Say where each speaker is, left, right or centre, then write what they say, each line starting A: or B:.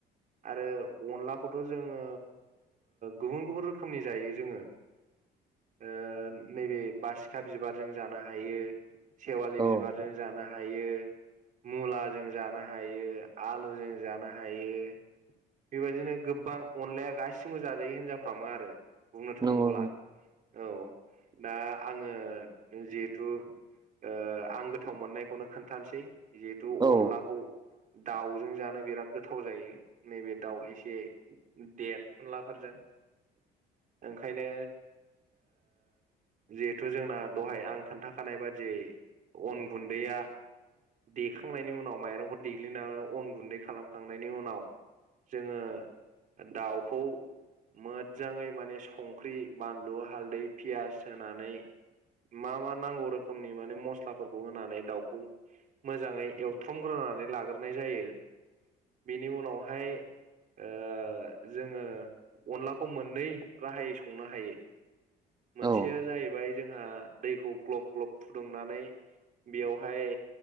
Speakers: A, on the right; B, on the right.
A: आरो अनलाखौथ' जोङो गुबुन गुबुन रोखोमनि जायो जोङो। ओ नैबे बासिखा बिबारजों जानो हायो सेवालि
B: औ
A: बिबारजों जानो हायो मुलाजों जानो हायो आलुजों जानो हायो बेबायदिनो गोबां अनलाया गासिबो जाजायो होनजाफ्रामो आरो बुंनो थाङोब्ला,
B: नंगौ
A: औ। दा आङो जिहेथु ओ आं गोथाव मोननायखौनो खोन्थानोसै जिहेथु
B: औ
A: अनलाखौ दाउजों जानो बिराद गोथाव जायो। नैबे दाउ एसे देरफुनलाफोरजों ओंखायनो जिहेथु जोंना दहाय आं खोन्थाखानाय बादियै अन गुन्दैया देखांनायनि उनाव माइरंखौ देग्लिनानै अन गुन्दै खालामखांनायनि उनाव जोङो दाउखौ मोजाङै माने संख्रि बानलु हालदै पियास होनानै मा मा नांगौ रोखोमनि माने मस्लाफोरखौ होनानै दाउखौ मोजाङै एवथामग्रोनानै लाग्रोनाय जायो बेनि उनावहाय ओ जोङो अनलाखौ मोननै राहायै संनो हायो मोनसेया
B: औ
A: जाहैबाय जोंहा दैखौ ग्लब ग्लब फुदुंनानै बेयावहाय